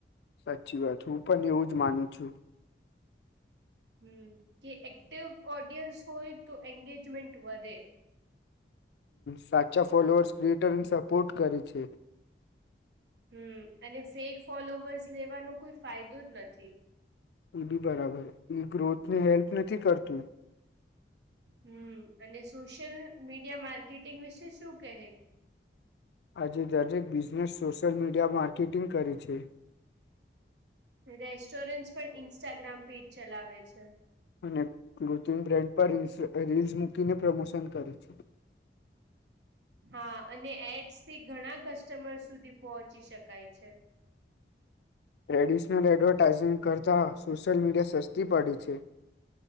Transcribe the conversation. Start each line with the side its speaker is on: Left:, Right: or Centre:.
Left: સાચી વાત હું પણ એવું જ માનું છું
Right: હમ કે એક્ટિવ ઓડિયન્સ હોય તો એંગેજમેન્ટ વધે
Left: સાચા ફોલોઅર્સ ટ્વિટરને સપોર્ટ કરે છે
Right: હમ અને ફેક ફોલોવર્સ લેવાનો કોઈ ફાયદો જ નથી
Left: એ બી બરાબર એ ગ્રોથ ને હેલ્પ નથી કરતું
Right: હમ અને સોશિયલ મીડિયા માર્કેટિંગ વિશે શું કહે
Left: આજે દરેક બિઝનેસ સોશિયલ મીડિયા માર્કેટિંગ કરે છે
Right: રેસ્ટોરન્ટસ પણ ઇન્સ્ટાગ્રામ પેજ ચલાવે છે
Left: અને કૃત્રિમ બ્રાન્ડ પર રીલ્સ રીલ્સ મૂકીને પ્રમોશન કરે છે
Right: હા અને એડ્સ થી ઘણા કસ્ટમર સુધી પહોંચી શકાય છે
Left: ટ્રેડિશનલ એડવર્ટાઇઝંગ કરતાં સોશિયલ મીડિયા સસ્તી પડી છે